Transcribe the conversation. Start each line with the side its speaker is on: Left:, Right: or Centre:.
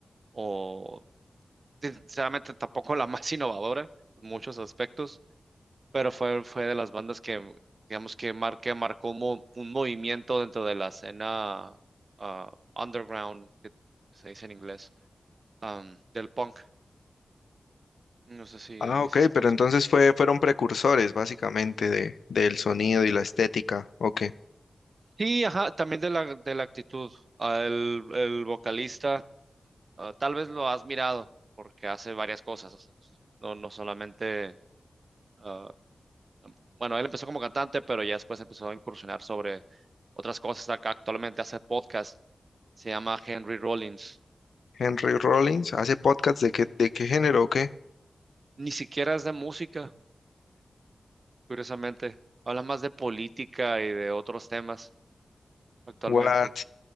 Right: o sinceramente tampoco la <laughs> más innovadora en muchos aspectos, pero fue, fue de las bandas que, digamos que, mar- que marcó un, mo- un movimiento dentro de la escena ah, underground, que se dice en inglés am, del punk. No sé si
Left: Ah,
Right: me
Left: ok,
Right: dices que
Left: pero
Right: no los
Left: entonces
Right: conozco.
Left: fue, fueron precursores básicamente de, del sonido y la estética. Ok.
Right: Sí, ajá, también de la, de la actitud. Ah, el, el vocalista, ah, tal vez lo has mirado, porque hace varias cosas. o sea, no, no solamente. ah, bueno, él empezó como cantante, pero ya después empezó a incursionar sobre otras cosas. Ac- Actualmente hace podcast, se llama Henry Rollins.
Left: Henry Rollins hace podcasts de qué, de qué género o qué?
Right: Ni siquiera es de música, curiosamente. Habla más de política y de otros temas actualmente.
Left: What?